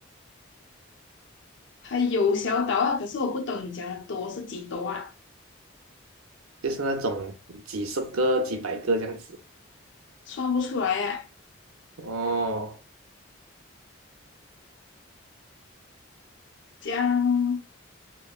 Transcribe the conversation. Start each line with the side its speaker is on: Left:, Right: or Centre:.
Left: 它有小岛啊，可是我不懂你讲的多是几多啊，
Right: 就是那种几十个、几百个这样子。
Left: 算不出来啊。
Right: 哦，
Left: 这样，